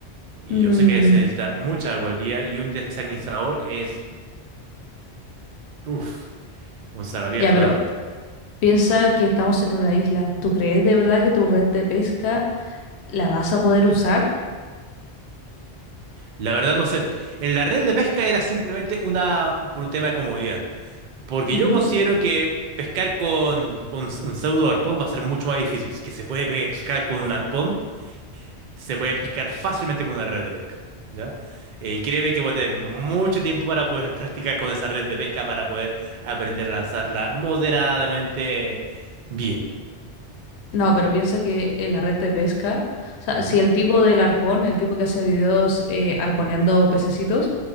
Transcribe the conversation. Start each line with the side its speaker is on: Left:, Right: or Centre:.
Right: Y
Left: Mm,
Right: yo sé que se necesita mucha agua al día y un desalinizador es, uff, un salvavidas
Left: ya,
Right: totalmente.
Left: pero Piensa que estamos en una isla. ¿Tú crees de verdad que tu red de pesca la vas a poder usar?
Right: La verdad no sé. En la red de pesca era simplemente una, por un tema de comodidad. Porque
Left: Ujú.
Right: yo considero que pescar con, con un pseudo arpón va a ser mucho más difícil. Si Que se puede pescar con un arpón, se puede pescar fácilmente con una red de pesca. ¿Ya? Eh, Y créeme que voy a tener mucho tiempo para poder <laughs> practicar con esa red de pesca, para poder aprender a lanzarla moderadamente bien.
Left: No, pero piensa que en la red de pesca, o sea,
Right: Ujú,
Left: si el tipo del arpón, el tipo que hace videos eh, arponeando pececitos,